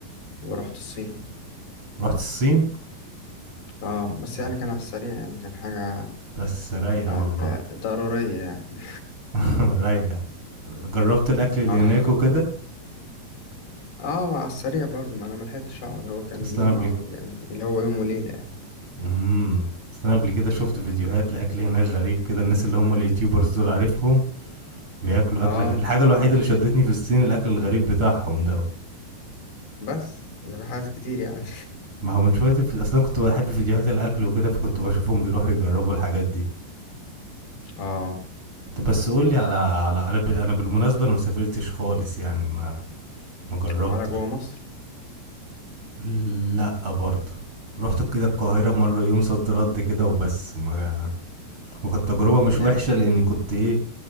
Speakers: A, on the left; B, on the right.
A: ورحت الصين
B: رحت الصين
A: اه بس
B: آه،
A: يعني كان على السريع يعني كان حاجة
B: بس رايقة
A: آه
B: والله
A: آه، ضرورية يعني
B: <laughs> رايقة جربت الاكل
A: <laughs>
B: اللي
A: اه
B: هناك وكده
A: اه وعلى السريع برضه ما انا ملحقتش اقعد هو كان
B: اصل
A: يوم
B: انا قبل
A: او يعني اللي هو يوم وليلة يعني
B: امم اصل انا قبل كده شفت فيديوهات لاكل هناك غريب كده الناس اللي هم اليوتيوبرز دول عارفهم بياكلوا
A: اه
B: اكل غ... الحاجة الوحيدة اللي شدتني في الصين الاكل الغريب بتاعهم ده
A: بس ده في حاجات كتير يعني
B: ما هو من شوية الف- اصلا كنت بحب فيديوهات الاكل وكده فكنت بشوفهم بيروحوا يجربوا الحاجات دي
A: <laughs> اه
B: طب بس قول لي على على انا ب- أنا بالمناسبة انا ما سافرتش خالص يعني ما ما جربتش
A: ولا جوه مصر
B: لا برضه رحت كده القاهرة مرة يوم صد رد كده وبس ما وكانت تجربة مش
A: yeah.
B: وحشة لأني كنت إيه